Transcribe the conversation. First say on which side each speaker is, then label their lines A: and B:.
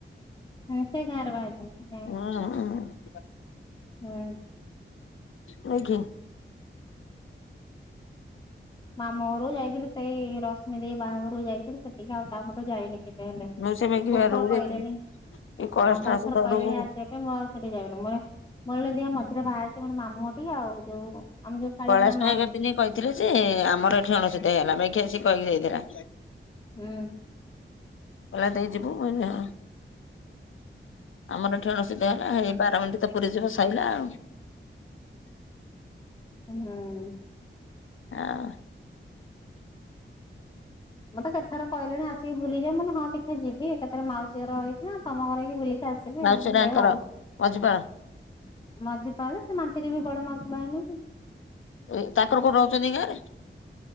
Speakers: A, on the left; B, on the left.
A: ହୁଁ ସେଇ ଗାଁରେ ବାହା ହେଇଚି ଗାଁ।
B: <unintelligible>
A: ହୁଁ।
B: ନୁଏଁ କିି
A: ମାମୁଁ ଘରକୁ ଯାଇଥିଲି ସେଇ ରଶ୍ମି ଦେଇ ବାହାଘରକୁ ଯାଇଥିଲି ସେଠିକି ଆଉ ତାପଟୁ ଯାଇନି। ସେତେ ହେଲେ
B: ମୁଁ ସେ ମେଘି
A: ବୋହୁତ
B: ଘରକୁ
A: ଥର
B: ଯାଇଥିଲି
A: କହିଲେଣି
B: ଏଇ କୈଳାସ
A: ଆଁ ବୋହୁ
B: ନାୟକ
A: ତ ଥର କହିଲେଣି
B: ଘରକୁ
A: ଆସିବା ମୁଁ ଆଉ ସେଠି ଯାଉନି ମୁଁ ମୋର ଯଦି ହବ ମଝିରେ ବାହାରିଚି ମୋର ମାମୁଁ ଘରଠିକି ଆଉ ଯୋଉ ଆମେ ଯୋଉ କାଳିଆର
B: କୈଳାସ
A: ନା ମାଉସୀ
B: ନାୟକର ଦିନେ କହିଥିଲେ ଯେ ଆମର ଏଠି ଅଣସୂତିଆ ହେଇଗଲା ବାକି ଆସି କହିକି ଯାଇଥିଲା।
A: ହୁଁ।
B: କଇଲା ଦେଇ ଯିବୁ ମୁଁ କହିଲି ହଁ। ଆମର ଏଠେ ଅଣସୁଦିଆ ହେଲା ହେଇ ବାରମଣ୍ଡି ତ ପୁରୀ ଯିବ ସଇଲା ଆଉ। <inaudible>
A: ହୁଁ।
B: ଆଁ।
A: ମତେ କେତେଥର କହିଲେଣି ଆସିକି ବୁଲିକି ଯା ମୁଁ କହିଲି ହଁ ଦେଖିଆ ଯିବି ଏକାଥରେ ମାଉସୀ ଘର ହେଇକିନା ତମ ଘର ହେଇକି ବୁଲି ଆସିବି
B: ମାଉସୀ
A: ଆଉ
B: ହରିଆଙ୍କର
A: ଏଇଆ ଭାବୁଚି।
B: ମଝିପାଳ
A: ମଝିପାଳେ ସେ ମାନ୍ତିରି ବି ବଡ ମାଉସି ବାହା ହେଇନିକି।
B: ଏ ତାଙ୍କର କୋଉ ରୋଉଚନ୍ତି କି ଗାଁରେ।